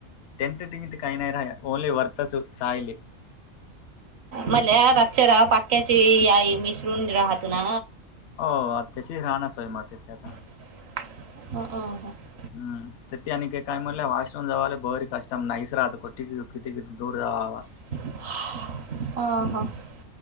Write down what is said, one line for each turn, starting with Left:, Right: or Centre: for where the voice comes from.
Left: टेनथ टिथ काही नाही राहा आहे ओनली वर्तसु सायली.
Right: मले रक्षरा पाक्याची आई मिसळून राहत ना.
Left: हो त्याशी राहणचोय मग त्याथे आता.
Right: <unintelligible>
Left: हम् तर ते आण काय म्हणलं वॉशरूम जावाला बरी कष्टम नाहीच राहत क किती किती दूर जावा.
Right: ह हा